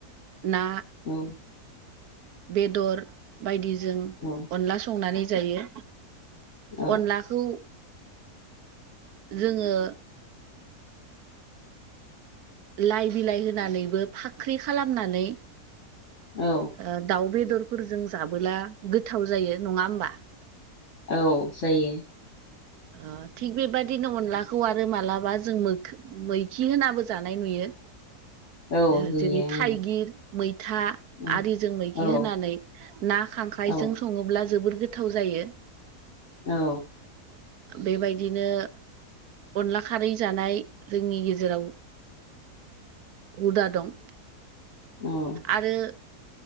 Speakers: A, on the right; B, on the left.
A: ना
B: <inaudible>
A: बेदर बायदिजों
B: <inaudible>
A: अनला संनानै जायो
B: औ
A: अनलाखौ जोङो लाइ बिलाइ होनानैबो फाख्रि खालामनानै
B: औ
A: ओ दाउ बेदरफोरजों जाबोला गोथाव जायो। नङा होमबा
B: औ जायो।
A: ओ थिग बेबादिनो अनलाखौ आरो मालाबा जों मोखो मैखि होनाबो जानाय नुयो।
B: औ
A: ओ
B: नुयो
A: जेरै
B: ओं
A: थाइगिर मैथा
B: औ
A: आरिजों मैगि
B: औ
A: होनानै ना खांख्राइजों
B: औ
A: सङोब्ला जोबोर गोथाव जायो।
B: औ
A: बेबायदिनो अनला खारै जानाय जोंनि गेजेराव हुदा दं।
B: <inaudible>
A: आरो